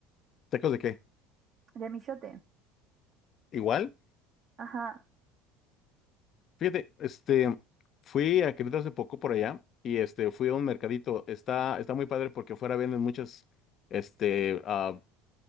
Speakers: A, on the left; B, on the right.
A: ¿Tacos de qué?
B: De michote.
A: ¿Igual?
B: Ajá,
A: Fíjate, este, fui a Querétaro hace poco por allá y este, fui a un mercadito. Está, está muy padre porque afuera venden muchas, este, ah,